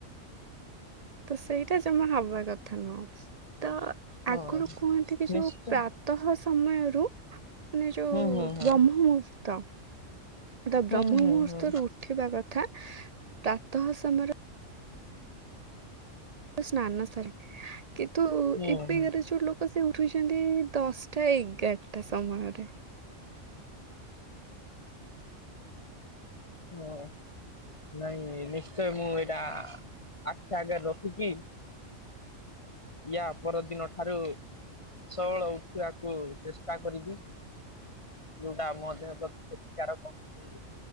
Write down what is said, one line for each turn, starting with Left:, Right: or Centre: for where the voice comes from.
Right: ତ ସେଇଟା ଜମା ହବା କଥା ନୁହଁ ତ
Left: ହଁ
Right: ଆଗରୁ କୁହନ୍ତି କି
Left: ନିଶ୍ଚୟ
Right: ଯୋଉ ପ୍ରାତଃ ସମୟରୁ ମାନେ ଯୋଉ
Left: ହୁଁ ହୁଁ ହୁଁ।
Right: ବ୍ରହ୍ମ ମୁହୂର୍ତ୍ତ। ତ
Left: ହୁଁ
Right: ବ୍ରହ୍ମ
Left: ହୁଁ
Right: ମୁହୂର୍ତ୍ତରୁ
Left: ହୁଁ
Right: ଉଠିବା କଥା ପ୍ରାତଃ ସମୟରେ ସ୍ଥାନ ସାରି କିନ୍ତୁ
Left: ହୁଁ
Right: ଏବେ
Left: ହୁଁ
Right: କାର ଯୋଉ ଲୋକ ସେ ଉଠୁଛନ୍ତି ଦଶଟା ଏଗାରଟା ସମୟରେ।
Left: ଓ ନାଇଁ ନିଶ୍ଚୟ ମୁଁ ଏଇଟା ଆଖି ଆଗରେ ରଖିକି ୟା ପରଦିନ ଠାରୁ ଶଅଳ ଉଠିବାକୁ ଚେଷ୍ଟା କରିବି। ଯୋଉଟା ଆମ ଦେହ ପ୍ରତି ଖେତିକାରକ <unintelligible>